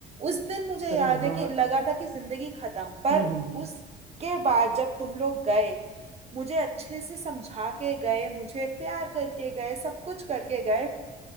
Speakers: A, on the right; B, on the right.
A: उस दिन मुझे
B: अरे
A: याद
B: हाँ
A: है कि
B: हाँ
A: लगा था कि जिंदगी खत्म पर
B: हम्म हम्म हम्म
A: उसके बाद जब तुम लोग गए मुझे अच्छे से समझा के गए मुझे प्यार करके गए सब कुछ करके गए